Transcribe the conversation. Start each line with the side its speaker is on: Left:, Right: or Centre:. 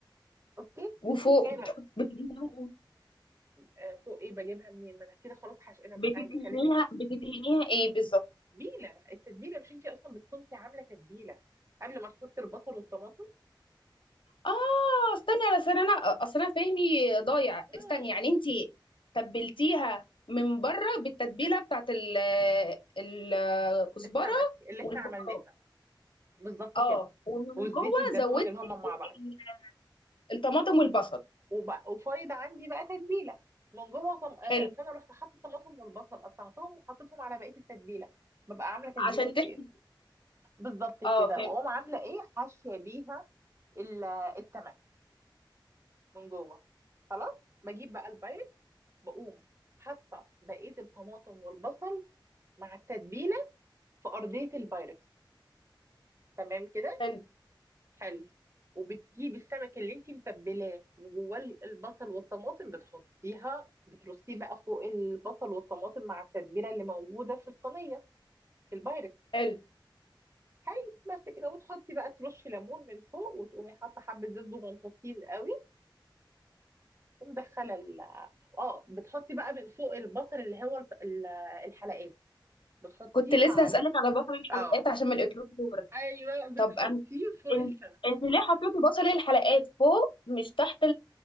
Right: اوكي
Left: وفوق
Right: بتكوني جايبه
Left: بتحط بتدهنيها
Right: آه، فوق ايه بجيبها منين ما انا كده خلاص حش انا
Left: بتدهنيها
Right: بقى أنا بكلمك
Left: بتدهنيها ايه بالظبط
Right: تتبيله التتبيله مش انت اصلا بتكوني عامله تتبيله قبل ما تحطي البصل والطماطم
Left: اه استني على اصل انا اصل انا فهمي ضايع
Right: امم
Left: استني يعني انت تبلتيها من بره بالتتبيله بتاعت ال- الكزبره
Right: السمك اللي
Left: والبهارات
Right: احنا عملناه بالظبط
Left: اه
Right: كده
Left: ومن
Right: والزيت
Left: جوه
Right: الزيتون
Left: زودتي
Right: اللي هما مع
Left: ال-
Right: بعض
Left: الطماطم والبصل
Right: وبقى وفايض عندي بقى تتبيله من جوه طم... آه،
Left: حلو
Right: فانا رحت حاطه الطماطم والبصل قطعتهم وحطيتهم على بقيه التتبيله ببقى عامله تتبيله
Left: عشان
Right: كتير
Left: تحمي
Right: بالظبط كده
Left: اه فهمت
Right: واقوم عامله ايه حاشيه بيها ال- السمك من جوه خلاص بجيب بقى البايركس بقوم حاطه بقيه الطماطم والبصل مع التتبيله في ارضيه البايركس تمام كده
Left: حلو
Right: حلو وبتجيبي السمك اللي انت متبلاه وجواه البصل والطماطم بتحطيها بترصيه بقى فوق البصل والطماطم مع التتبيله اللي موجوده في الصينيه في البايركس
Left: حلو
Right: حلو بس كده وتحطي بقى ترشي ليمون من فوق وتقومي حاطه حبه زيت زغنطوطين قوي ومدخله ال اه بتحطي بقى من فوق البصل اللي هو الط- ال- الحلقات بتحطيها
Left: كنت لسه
Right: عليه
Left: هسألك على بصل الحلقات
Right: اه
Left: عشان ما الاكلوش دور
Right: ايوه بتحطيه
Left: طب انت
Right: فوق
Left: انت
Right: السمك
Left: انت ليه حطيتي بصل الحلقات فوق مش تحت